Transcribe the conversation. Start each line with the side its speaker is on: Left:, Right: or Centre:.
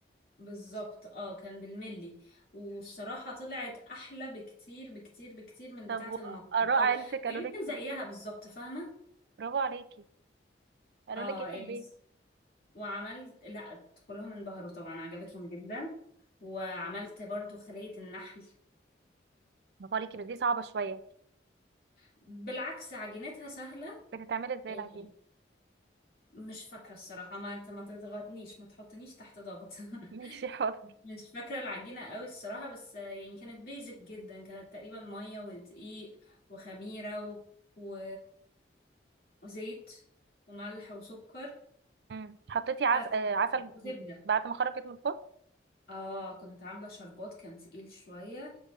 Left: بالظبط اه كان بالملي والصراحة طلعت أحلى بكتير بكتير بكتير من
Right: طب
Left: بتاعة
Right: واراء
Left: المطعم أو
Right: عيلتك قالوا
Left: يمكن
Right: لك ايه
Left: زيها بالظبط فاهمة
Right: برافو عليكي قالوا
Left: اه
Right: لك ايه
Left: يعني
Right: في البيت
Left: س- وعملت لا كلهم انبهروا طبعا عجبتهم جدا وعملت برضو خلية النحل
Right: برافو عليكي بس دي صعبه شويه
Left: بالعكس عجينتها سهلة
Right: بتتعملي ازاي
Left: إيه،
Right: العجينه
Left: مش فاكرة الصراحة ما ت- ما تضغطنيش ما تحطنيش تحت ضغط <laughs>
Right: <laughs> ماشي حاضر
Left: مش فاكرة العجينة قوي الصراحة بس آه، يعني كانت بيزك جدا كانت تقريبا مية ودقيق وخميرة و... و... وزيت وملح وسكر
Right: امم حطيتي عس...
Left: بس
Right: آه، عسل
Left: وزبدة
Right: بعد ما خرجت من الفرن
Left: اه كنت عاملة شربات كان تقيل شوية